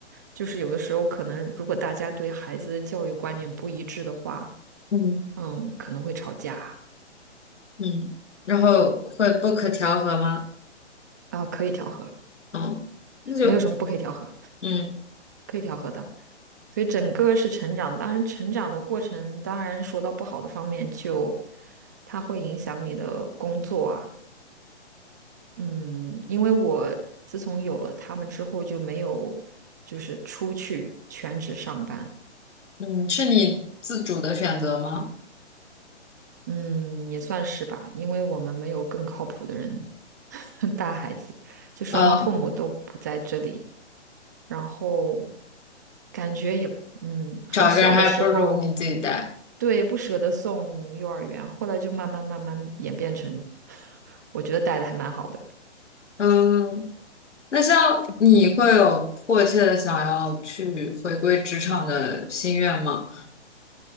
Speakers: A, on the right; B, on the left.
A: 就是有的时候可能如果大家对孩子的教育观念不一致的话。
B: 嗯
A: 嗯，可能会吵架
B: 嗯，然后会不可调和吗？
A: 啊，啊可以调和，
B: 嗯，那就
A: 没有什么不可以调和，
B: 嗯
A: 可以调和的。所以整个是成长，当然成长的过程，当然说到不好的方面就，它会影响你的工作啊，嗯，因为我自从有了他们之后就没有就是出去全职上班，
B: 嗯，是你自主的选择吗？
A: 嗯，也算是吧，因为我们没有更靠谱的人 <laughs> 带孩子，就双方父母都不在这里。
B: 呃，
A: 然后感觉也嗯，很小的时候，
B: 找一个人还不如你自己带。
A: 对，不舍得送幼儿园，后来就慢慢慢慢演变成，<laughs> 我觉得带的还蛮好的。
B: 嗯，那像你会有迫切的想要去回归职场的心愿吗？